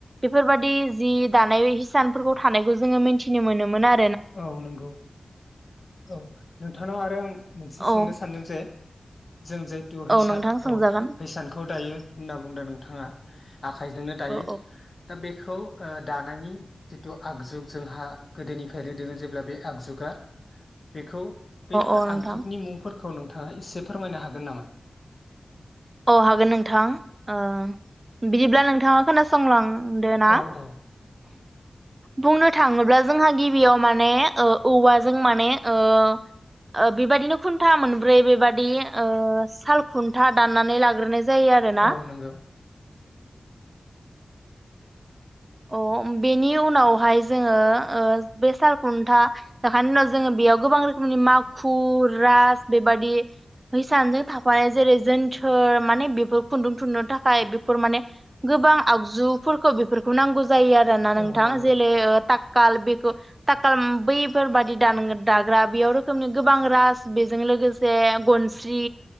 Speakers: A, on the right; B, on the left.
A: बेफोरबादि जि दानाय हिसानफोरखौ थानायखौ जोङो मोनथिनो मोनोमोन आ
B: औ नंगौ औ नोंथांनाव आरो आं मोनसे
A: औ
B: सोंनो सानदों जे जों जायतु हिसान
A: औ नोंथां सोंजागोन
B: औ हिसानखौ दायो होनना बुंदो नोंथाङा आखाइजोंनो दायो
A: औ
B: दा बे खौ ओ दानायनि जिथु आगजुग जोंहा गोदोनि फायनो दोङो जेब्ला बे आगजुगा बेखौ बैफोर
A: औ नोंथां
B: आगजुगनि मुंफोर खौ नोंथाङा इसे फोरमायनो हागोन नामा
A: अ हागोन नोंथां ओ बिदिब्ला नोंथाङा खोनासंलां दोना
B: औ औ
A: बुंनो थाङोब्ला जोंहा गिबियाव माने ओ औवाजों माने ओ ओ बेबादिनो खुन्था मोनब्रै बेबादि ओ साल खुन्था- दाननानै लाग्रोनाय जा- जायो आरोना।
B: औ नंगौ
A: अ बेनि उनावहाय जोङो ओ बे साल खुन्था जाखानायनि उनाव जोङो बेयाव गोबां रोखोमनि माखु रास बेबादि हिसानजों थाफानाय जेरै जोनथोर माने बेफोर खुन्दुं थुननो थाखाय बेफोर माने गोबां आगजुफोरखौ बेफोर- खौ नांगौ- जायो आरो ना नोंथां
B: औ नंगौ
A: जेलै ओ थाक- काल बेखौ ताखाल बैफोरबादि दान दा-दाग्रा बेयाव रोखोमनि गोबां राज बेजों लोगोसे गनस्रि